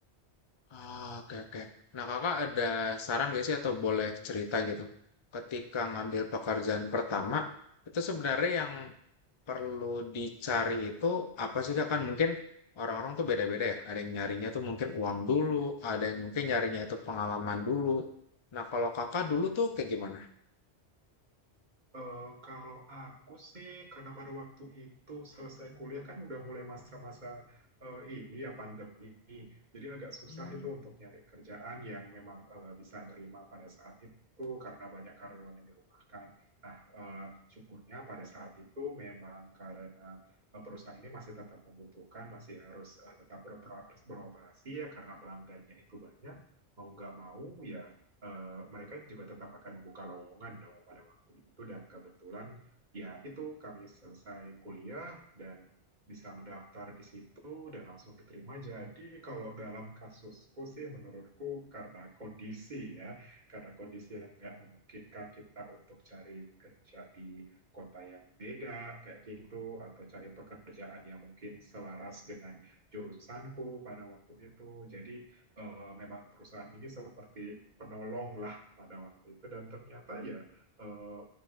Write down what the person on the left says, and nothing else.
Ah, oke oke. Nah, kakak ada saran gak sih atau boleh cerita gitu? Ketika ngambil pekerjaan pertama, itu sebenarnya yang perlu dicari itu apa sih kak? Kan mungkin orang-orang tuh beda-beda ya. Ada yang nyarinya tuh mungkin uang dulu, ada yang mungkin nyarinya itu pengalaman dulu. Nah, kalau kakak dulu tuh kayak gimana?
Hmm,